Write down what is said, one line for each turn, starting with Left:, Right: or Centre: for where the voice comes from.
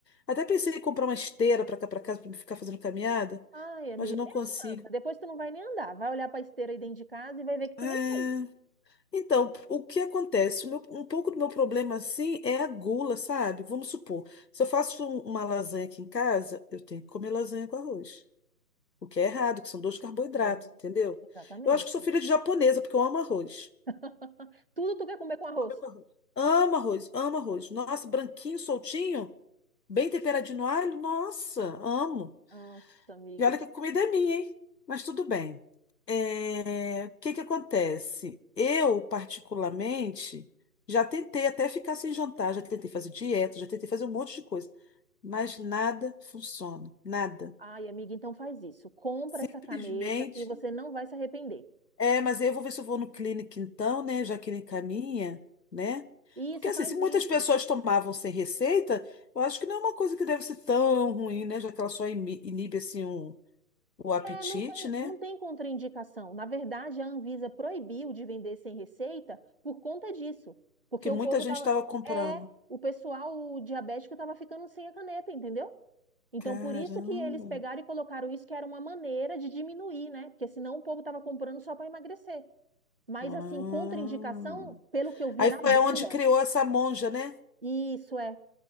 Left: Até pensei em comprar uma esteira para cá para casa para ficar fazendo caminhada,
Right: Ai, amiga,
Left: mas não
Right: nem
Left: consigo.
Right: adianta. Depois tu não vai nem andar. Vai olhar pra esteira aí dentro de casa e vai ver que tu
Left: É.
Right: nem fez.
Left: Então, o que acontece? O meu- um pouco do meu problema assim é a gula, sabe? Vamos supor, se eu faço um- uma lasanha aqui em casa, eu tenho que comer lasanha com arroz, o que é errado, que são dois carboidratos,
Right: É,
Left: entendeu?
Right: exatamente.
Left: Eu acho que sou filha de japonesa, porque eu amo arroz.
Right: <laughs> Tudo tu quer comer com arroz.
Left: Comer com arroz. Amo arroz, amo arroz. Nossa, branquinho, soltinho, bem temperadinho no alho, nossa, amo.
Right: Nossa, amiga.
Left: E olha que a comida é minha, hein? Mas tudo bem. É, O que que acontece? Eu, particularmente, já tentei até ficar sem jantar, já tentei fazer dieta, já tentei fazer um monte de coisa, mas nada funciona, nada.
Right: Ai, amiga, então faz isso. Compra
Left: Simplesmente.
Right: essa caneta que você não vai se arrepender.
Left: É, mas aí eu vou ver se eu vou no clínico então, né? Já que ele encaminha, né?
Right: Isso,
Left: Porque assim,
Right: faz
Left: se muitas
Right: isso.
Left: pessoas tomavam sem receita, eu acho que não é uma coisa que deve ser tão ruim, né? Já que ela só imi- inibe assim um, o apetite,
Right: É, não tem,
Left: né?
Right: não tem contraindicação. Na verdade, a Anvisa proibiu de vender sem receita por conta disso. Porque
Left: que
Right: o
Left: muita
Right: povo
Left: gente
Right: tava.
Left: estava comprando.
Right: É, o pessoal o diabético tava ficando sem a caneta, entendeu? Então,
Left: Caramba.
Right: por isso que eles pegaram e colocaram isso, que era uma maneira de diminuir, né? Porque senão o povo tava comprando só para emagrecer. Mas,
Left: Ah.
Right: assim, contraindicação, pelo que eu vi
Left: Aí
Right: na
Left: foi
Right: bula,
Left: onde criou essa monja, né?
Right: isso é.